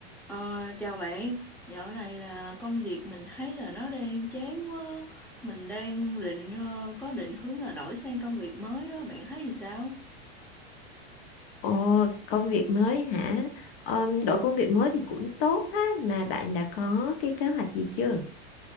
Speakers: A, in the centre; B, on the left (about 60°).
A: Ờ, chào bạn, dạo này là công việc mình thấy là nó đang chán quá, mình đang định ờ, có định hướng là đổi sang công việc mới á, bạn thấy thì sao?
B: Ồ, công việc mới hả? Ờm, đổi công việc mới thì cũng tốt ha, mà bạn đã có cái kế hoạch gì chưa?